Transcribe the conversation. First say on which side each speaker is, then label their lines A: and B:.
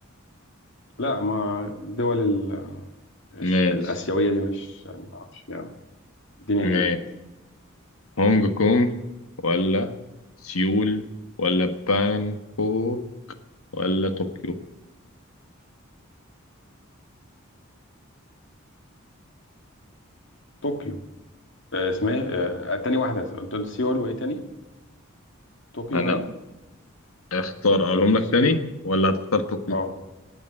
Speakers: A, on the left (about 60°); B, on the left (about 85°).
A: لا ما الدول ال- الش-
B: ماشي
A: الآسيوية دي مش يعني ما أعرفش يعني اديني
B: ماشي
A: إجابات
B: هونج كونج ولا سيول ولا بانكوك ولا طوكيو
A: طوكيو آه، اسمها إيه؟ آه، تاني واحدة قلت قلت سيول وإيه تاني؟ طوكيو
B: انا
A: باين؟
B: اختار اقولهم
A: قلت
B: لك
A: سيول
B: تاني ولا هتختار طوكيو
A: أه